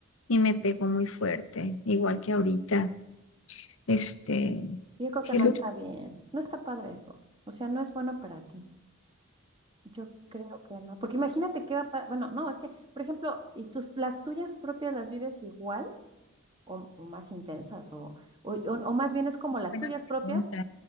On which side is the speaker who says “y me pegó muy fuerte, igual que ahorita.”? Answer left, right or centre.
Left